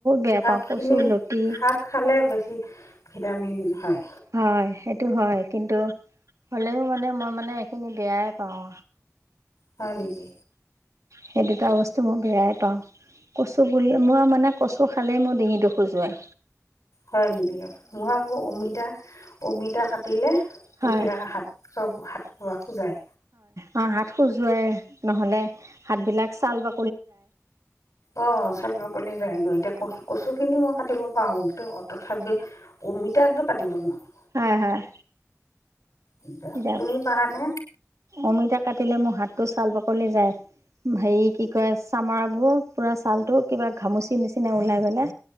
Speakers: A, on the right (about 75°); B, on the left (about 80°).
A: বেয়া
B: শাক
A: পাওঁ
B: খিনি,
A: কচু লতি
B: শাক খালে বেছি ভিটামিন হয়।
A: হয় সেইটো হয় কিন্তু, হ'লেও মানে মই মানে এইখিনি বেয়াই পাওঁ।
B: হয় নেকি
A: সেই দুটা বস্তু মই বেয়াই পাওঁ কচ বুলিলে মই মানে কচ চৌ খালেই মোৰ ডিঙিটো খোজোৱাই।
B: হয় নেকি? মোৰ আকৌ অমিতা অমিতা কাটিলে তেতিয়া‌
A: হয়
B: হাত খ হাত ৰোৱা খোজায়
A: অ' হাত খজোৱাই নহলে হাত বিলাক চাল বা
B: অ, চাল বাকলি যায় গৈ তাক ক কচু খিনি মই কাটিব পাৰো। তথাপি অমিতাটো কাটিব নোৱাৰো।
A: হয়, হয়'।
B: এতিয়া
A: কিতাপ,
B: তুমি পাৰানে
A: অমিতা কাটিলে মোৰ হাত টো ছাল বাকলি যায়। হেৰি কি কয় চামৰা বোৰ পুৰা ছাল টো কিবা ঘামুচি নিচিনা ওলাই গলে